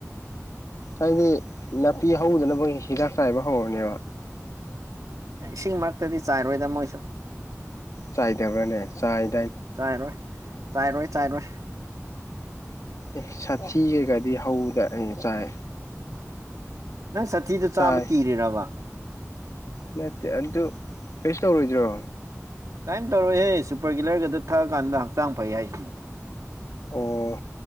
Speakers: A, on the left (about 75°); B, on the right (about 85°).
A: ꯍꯥꯏꯗꯤ ꯅꯥꯄꯤ ꯍꯧꯗꯅꯕ ꯍꯤꯗꯥꯛ ꯆꯥꯏꯕ ꯍꯧꯔꯅꯦꯕ
B: ꯏꯁꯤꯡ ꯃꯔꯛꯇꯗꯤ ꯆꯥꯏꯔꯣꯏꯗ ꯃꯣꯏꯁꯨ
A: ꯆꯥꯏꯗꯕ꯭ꯔꯥꯅꯦ ꯆꯥꯏ
B: ꯆꯥꯏꯔꯣꯏ ꯆꯥꯏꯔꯣꯏ ꯆꯥꯏꯔꯣꯏ
A: ꯑꯦ ꯁꯥꯊꯤ ꯀꯩꯀꯗꯤ ꯍꯧꯗ ꯑꯩꯩꯅ ꯆꯥꯏ
B: ꯅꯪ ꯁꯥꯊꯤꯗꯨ ꯆꯥꯕ
A: ꯆꯥꯏ
B: ꯀꯤꯔꯔꯕ
A: ꯅꯠꯇꯦ ꯑꯗꯨ ꯄꯩꯁꯨ ꯇꯧꯔꯣꯏꯗ꯭ꯔꯣ
B: ꯀꯥꯏꯝ ꯇꯧꯔꯣꯍꯦ ꯁꯨꯄꯔ ꯀꯂꯔꯒꯗ ꯊꯛꯑ ꯀꯥꯟꯗ ꯍꯛꯆꯥꯡ ꯐꯩ ꯍꯥꯏꯁꯤꯅꯦ
A: ꯑꯣ